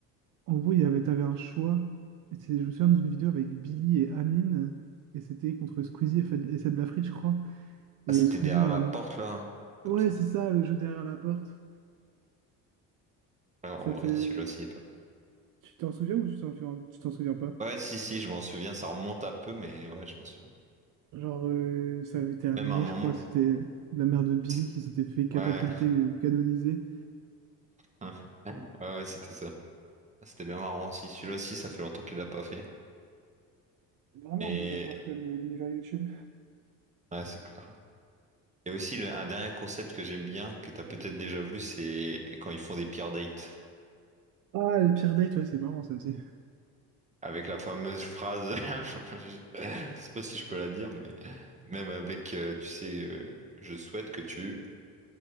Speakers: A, on the right; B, on the right.
A: en gros, il y avait, t'avais un choix. Et c'est- je me souviens d'une vidéo avec Billy et Amine, et c'était contre Squeezie et, Fed- et Seb Lafrite, je crois. Et
B: Ah, c'était
A: Squeezie,
B: derrière
A: genre,
B: la porte, là, hein, comme
A: ouais,
B: ça.
A: c'est ça, le jeu derrière la porte.
B: Alors,
A: Ça
B: en vrai,
A: te-
B: celui-là, s'il est pas.
A: Tu t'en souviens ou tu t'en tu t'en souviens pas?
B: Ouais, si, si, je m'en souviens, ça remonte un peu, mais ouais, je m'en souviens.
A: Genre, euh, ça avait terminé,
B: Même un moment.
A: je crois, c'était la mère de Billy
B: c'est-
A: qui s'était fait catapulter
B: Ouais,
A: ou canoniser.
B: <laughs> ouais, ouais, c'était ça. Ah, C'était bien marrant aussi. Celui-là aussi, ça fait longtemps qu'il l'a pas fait.
A: Vraiment
B: Mais
A: un monde à part comme euh, l'univers YouTube.
B: ouais, c'est clair. Et aussi, le- un dernier concept que j'aime bien, que t'as peut-être déjà vu, c'est quand ils font des peer dates.
A: Ah, les pires dates, ouais, c'est marrant ça aussi. <laughs>
B: Avec la fameuse phrase, <laughs> je je sais pas si je peux la dire, mais même avec, euh, tu sais, euh, je souhaite que tu.